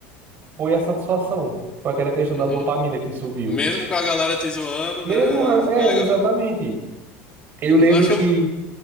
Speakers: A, on the right; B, on the left.
A: foi a satisfação. Foi aquela questão
B: Uhum.
A: da dopamina que subiu.
B: Mesmo com a galera te zoando,
A: Mesmo,
B: né?
A: é,
B: Foi legal.
A: exatamente. Eu
B: Uhum,
A: lembro
B: acho que
A: que,
B: eu,